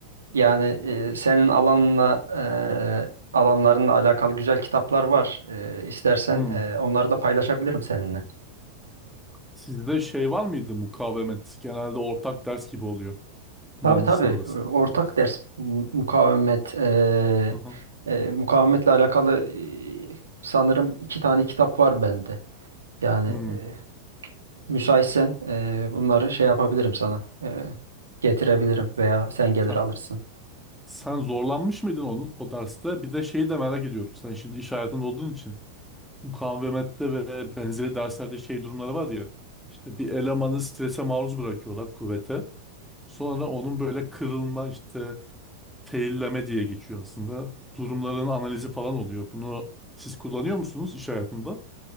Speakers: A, on the right (about 70°); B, in the centre.
A: yani eee, senin alanla eee, alanlarınla alakalı güzel kitaplar var. Eee, istersen
B: hı.
A: eee, onları da paylaşabilirim seninle.
B: Sizde şey var mıydı mukavemet? Genelde ortak ders gibi oluyor mühendisler
A: Tabii tabii.
B: arasında.
A: Ortak ders mu- mukavemet e,
B: Hı hı.
A: e, mukavemetle alakalı e, sanırım iki tane kitap var bende. Yani
B: Hı.
A: e, müsaitsen e, bunları şey yapabilirim sana. e, getirebilirim veya sen gelir
B: Sen,
A: alırsın.
B: sen zorlanmış mıydın onu, o derste? Bir de şeyi de merak ediyorum. Sen şimdi iş hayatında olduğun için mukavemette ve benzeri derslerde şey durumları var ya. İşte bir elemanı strese maruz bırakıyorlar kuvvete. Sonra onun böyle kırılma işte failleme diye geçiyor aslında. Durumların analizi falan oluyor. Bunu siz kullanıyor musunuz iş hayatında?